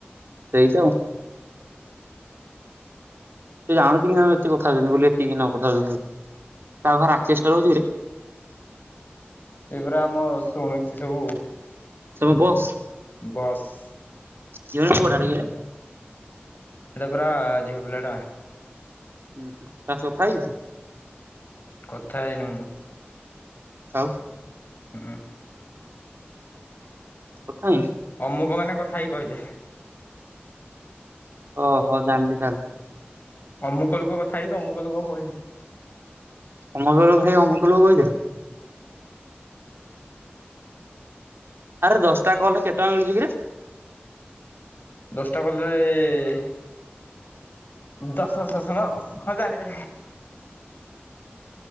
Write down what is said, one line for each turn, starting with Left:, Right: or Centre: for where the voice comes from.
Right: ଏଇତ ଆଉ ସେ ଜାଣୁଛି କି ନା ଆମେ ଏତେ କଥା ହଉଛନ୍ତି ବୋଲି ଏତିକି ନ କଥା ହଉଛନ୍ତି ବୋଲି ତାରେ ଆ ଚେଷ୍ଟା ରହୁଛି କିରେ?
Left: ସେ ପା ଆମ ଶୁଣୁଛି ସବୁ।
Right: ସେ ମୋ ବସ୍।
Left: ବସ୍।
Right: ଝିଅ ନା ପୁଅଟା କିରେ?
Left: ସେଇଟା ପରା ଝିଅପିଲାଟା।
Right: ହୁଁ ହୁ ତା ସହ କଥା ହେଇଛୁ ତୁ?
Left: କଥା ହେଇନି ମୁଁ।
Right: ଆଉ
Left: ହୁଁଁ।
Right: କଥା ହେଇନି।
Left: ଅମୁକ ମାନେ କଥା ହେଇ କହିଲେ?
Right: ଓହୋ ଜାଣିଲି ତାହାଲେ?
Left: ଅମୁକ ଲୋକ କଥା ହେଇକି ଅମୁକ ଲୋକ କହିଲେ?
Right: ତମ ଘର ଭାଇ ଅମୁକଲୋକ କହିଥିଲେ? ଆରେ ଦଶଟା କଲରେ କେତେ ଟଙ୍କା ମିଳୁଛି କିରେ?
Left: ଦଶଟା କଲରେ ଦଶ ଶଶନ। ହଜାରେ।